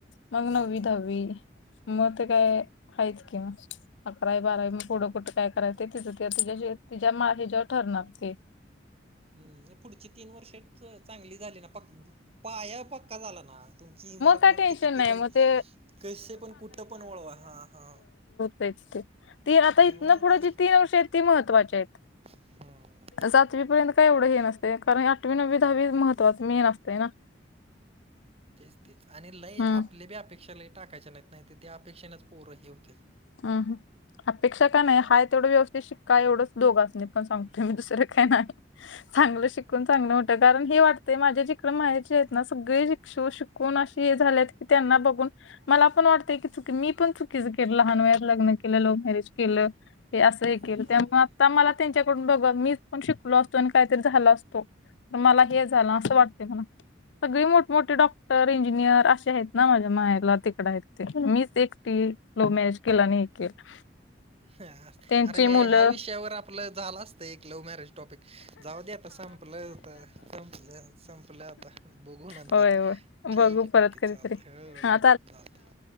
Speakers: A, on the left (about 80°); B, on the right (about 35°).
A: मग
B: हम्म
A: नववी दहावी मग ते काय हायच कि मग अकरावी बारावी मग पुढं कुट काय करायच? ते तिज ते तिच्या हेज्यावर ठरणार ते
B: हम् पुढची तीन वर्ष च-चांगली झाली ना, पक्-पाया पक्का झाला ना. तुमची इमारत
A: काय
B: मग
A: टेन्शन
B: ती किती
A: नाही
B: पण?
A: मग ते
B: कशी पण? कुठं पण वळवा? हा हा
A: तेच ते, तीला आता इथनं
B: त्यामुळं
A: पुढं
B: ते
A: ती- तीन वर्ष आहेत. ती महत्त्वाची येत.
B: हम्म
A: सातवी पर्यंत काय एवढं हे नसतय? कारण आठवी, नववी, दहावी महत्वाचं मेन असतय ना.
B: तेच तेच आणि लय
A: हम्म
B: आपल्या बी अपेक्षा लय टाकायच्या नाहीत, नाही तर ते अपेक्षेनेच पोरं हे होत्यात.
A: अं. ह अपेक्षा काय नाय? हाय तेवढं व्यवस्थित शिक्का एवढच दोघासनी पण सांगतोय, मी दुसर काय नाय? चांगलं
B: हम्म
A: शिकून चांगलं कारण हे वाटतंय माझ्या जे पणं माहेरचे हाएत ना, सगळे शिक-शि-शिकून अशे हे झालेत की, त्यांना बघून मला पण वाटतंय की, चूक मी पण चुकीच केल. लहान वयात लग्न केलं. लव्ह मॅरेज केलं. हे असं एकेकदा
B: हम्म
A: त्यामुळ, आता मला त्यांच्याकडून बघुन मी पण शिकलो असतो आणि काहीतरी झालो असतो. तर मला हे झालं असं वाटतय म्हणा. सगळी मोठमोठे डॉक्टर, इंजिनियर असे आहेत ना, माझ्या माहेरला तिकड आहेत ते मीच एकटी लव मॅरेज केला आणि हे केलं.
B: अरे,
A: त्यांची मुलं
B: ह्या विषयावर आपलं झालं असतं एक लव्ह मॅरेज टॉपिक. जाऊ दे आता संपलं आता, संपलं संपलं आता बघू नंतर
A: होय होय
B: ठिक
A: बघू
B: ए
A: परत
B: ठिक ए
A: कधीतरी
B: चालतंय हां
A: हा
B: चालते